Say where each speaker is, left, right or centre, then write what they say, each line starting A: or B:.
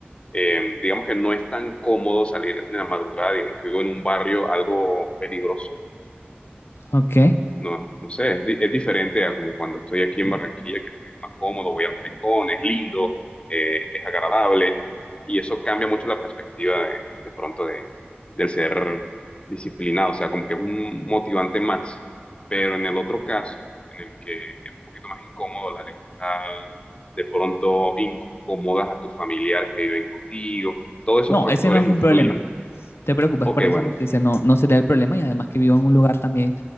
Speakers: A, on the left; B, on the left.
A: eh, digamos que no es tan cómodo salir en la madrugada, digamos que vivo en un barrio algo peligroso
B: Ok.
A: no, no sé, es, di- es diferente a como cuando estoy aquí en Barranquilla, que pues es más cómodo, voy al malecón, es lindo, eh, es agradable, y eso cambia mucho la perspectiva de, de pronto de, del ser disciplinado, o sea, como que es un motivante más. Pero en el otro caso, en el que es un poquito más incómodo la levantada, de pronto incomodas a tus familiares que viven contigo, todos
B: No,
A: esos factores
B: ese no es
A: influyen.
B: un problema. Te preocupes
A: Ok,
B: por eso
A: bueno.
B: porque ese no, no sería el problema y además que vivo en un lugar también,